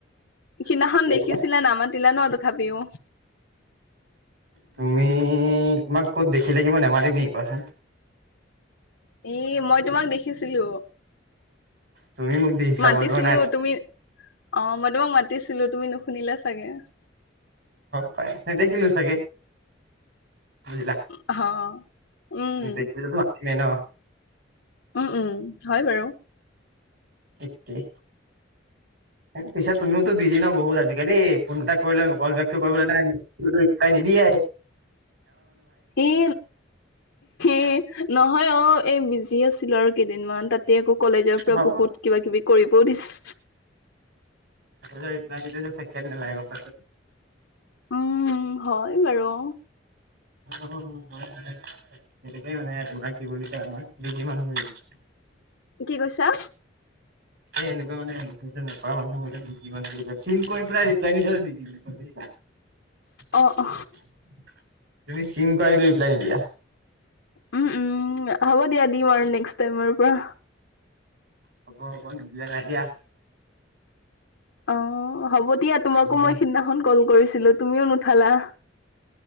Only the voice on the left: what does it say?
সিদিনাখন
দেখিছিলা নামত ছিলা ন তথাপিও।
এ মই তোমাক দেখিছিলো।
মাতিছিলো
তুমি অ মই তোমাক মাতিছিলো তুমি নুশুনিলা চাগে।
অ উম
উম উম হয় বাৰু।
এ, এ নহয় অ এ বিজি আছিলো আৰু কেইদিনমান তাত ত আকৌ কলেজৰ পৰা
বহুত কিবা কিবি কৰিবও দিছে।
উম হয় বাৰু।
কি কৈছা?
অ অ
উম উম হ'ব দিয়া দিম আৰু নেক্সট টাইমৰ পৰা।
অ হ'ব দিয়া তোমাকো
মই সিদিনাখন কল কৰিছো। ছিলো তুমিও নুঠালা।